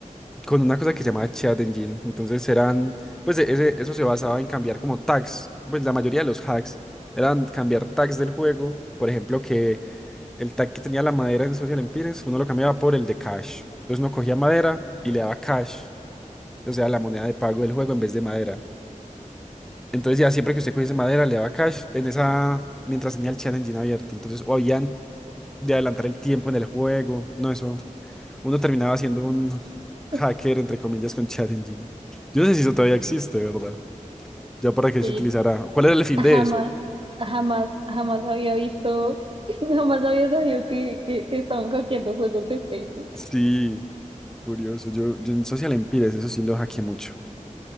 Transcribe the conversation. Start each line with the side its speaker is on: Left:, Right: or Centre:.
Centre: con una cosa que se llamaba Chat Engine. Entonces eran, pues e- ese, eso se basaba en cambiar como tags, pues la mayoría de los hacks eran cambiar tags del juego. Por ejemplo, que el tag que tenía la madera en Social Empires, uno lo cambiaba por el de cash. Entonces uno cogía madera y le daba cash, o sea, la moneda de pago del juego en vez de madera. Entonces ya siempre que usted cogiese madera le daba cash en esa, mientras tenía el Chat Engine abierto. Entonces o habían de adelantar el tiempo en el juego, no, eso uno terminaba siendo un
Right: <laughs>
Centre: hacker, entre comillas, con ChatGPT. Yo no sé si eso todavía existe, ¿verdad? Ya para qué
Right: Oye,
Centre: se utilizará. ¿Cuál era el fin
Right: Jamás,
Centre: de eso?
Right: jamás, jamás había visto, <laughs> jamás había sabido que, que, que estaban hackeando juegos de Facebook.
Centre: Sí, curioso. Yo, yo en Social Empires, eso sí lo hackeé mucho.